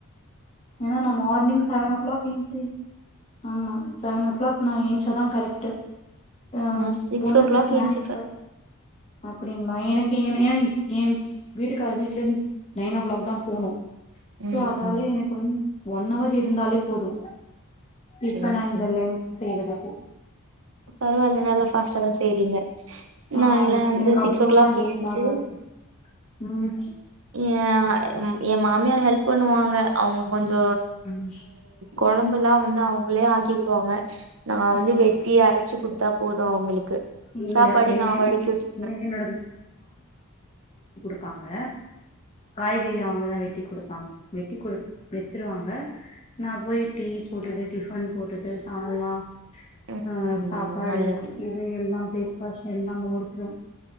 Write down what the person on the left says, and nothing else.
ஏன்னா நு மார்னிங் செவன் ஓ கிளாக் ஏஞ்சு ஆமா செவன் ஓ கிளாக் நா ஏஞ்சாதா கரெக்டு ஆம்
பொண்ணுக்கு
ஸ்நேக்ஸ்
அப்டிங்களா எனக்கு என்ன ஏங் ஏன் வீட்டுக்கார் வீட்ல இருந் நைன் ஓ கிளாக்தா போனு சோ
அதால
எனக்கு வந் ஒன் அவர் இருந்தாலே போது டிப்னெல்லாங்
செய்றது <inaudible>
ஆ
எனக்கு
எனக்கு
அவ்வளோல்லாம்
லேட்
ஆகாது ம் ம்
ம்
ம்
இல்ல
எ
எ எனக்கு என்னோட ப்பாங்க காய்கறி அவங்கதா வெட் டி குடுப் பாங் வெட்டி குடுக்கு வெச்சுருவாங்க நா போய் டீ போட்டுட்டு டிஃபன் போட்டுட்டு சால்னா
அ
சாப்பாடு
ஸ் இது எல்லா ப்ரேக் பாஸ்ட் எல்லாம முடிச்சுரு